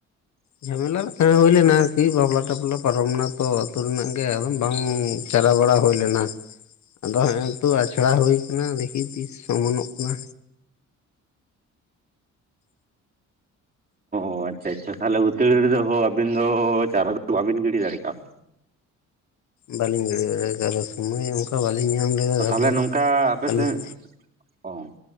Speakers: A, on the left (about 70°); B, on the right (about 30°).
A: ᱡᱷᱟᱢᱮᱞᱟ ᱨᱮ ᱛᱟᱦᱮᱸ ᱦᱩᱭ ᱞᱮᱱᱟ ᱟᱨᱠᱤ ᱵᱟᱯᱞᱟ ᱴᱟᱯᱞᱟ ᱯᱟᱨᱚᱢ ᱱᱟ ᱛᱚ ᱟ ᱟᱹᱛᱩ ᱨᱮᱱᱟᱜ ᱜᱮ ᱟᱫᱚᱢ ᱵᱟᱝ ᱪᱟᱞᱟᱣ ᱵᱟᱲᱟ ᱦᱩᱭ ᱞᱮᱱᱟ ᱟᱫᱚ ᱦᱮᱸ ᱮ ᱛᱚ ᱟᱪᱲᱟ ᱦᱩ ᱟᱠᱟᱱᱟ ᱫᱮᱠᱷᱤ ᱛᱤᱥ ᱚᱢᱚᱱᱚᱜ ᱠᱟᱱᱟ
B: ᱚ ᱟᱪᱪᱷᱟ ᱟᱪᱪᱷᱟ ᱛᱟᱦᱚᱞᱮ ᱦᱩᱛᱲ ᱨᱮ ᱟᱵᱤᱱ ᱫᱚ ᱪᱟᱨᱟ ᱫᱚ ᱵᱟᱵᱤᱱ ᱜᱤᱰᱤ ᱫᱟᱲᱮ ᱠᱟᱣᱫᱟ
A: ᱵᱟᱹᱞᱤᱧ ᱜᱤᱲᱤ ᱫᱟᱲᱮᱠᱟᱣᱫᱟ ᱥᱚᱢᱚᱭ ᱚᱱᱠᱟ ᱵᱟᱹᱞᱤᱧ ᱧᱟᱢ ᱞᱮᱫᱟ ᱛᱟᱯᱚᱨ
B: ᱛᱟᱦᱚᱞᱮ ᱱᱚᱝᱠᱟ ᱟᱯᱮ
A: ᱟᱹᱞᱤᱧ
B: ᱥᱮᱫ ᱚ